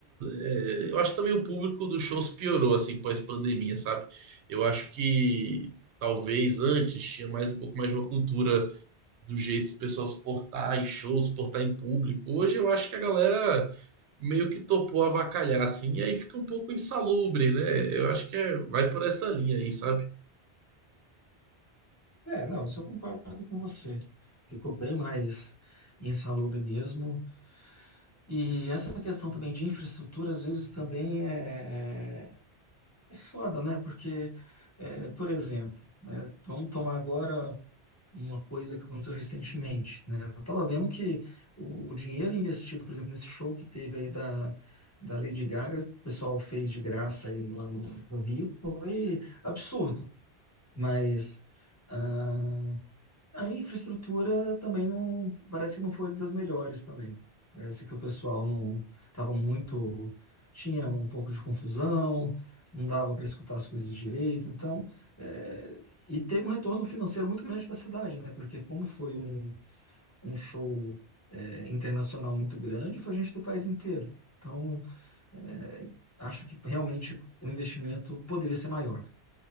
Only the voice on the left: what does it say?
É, não, isso eu concordo com você. Ficou bem mais insalubre mesmo. E essa questão também de infraestrutura, às vezes também é, é é foda, né? Porque, é, por exemplo, né? Vamos tomar agora. uma coisa que aconteceu recentemente, né? Eu tava vendo que o, o dinheiro investido, por exemplo, nesse show que teve aí da, da Lady Gaga, que o pessoal fez de graça aí lá no, no Rio, foi absurdo. Mas ah, a infraestrutura também não, parece que não foi das melhores também. Parece que o pessoal não estava muito, tinha um pouco de confusão, não dava para escutar as coisas direito. Então, é, e teve um retorno financeiro muito grande para a cidade, né? Porque como foi um, um show, é, internacional muito grande, foi gente do país inteiro. Então, é, acho que realmente o investimento poderia ser maior.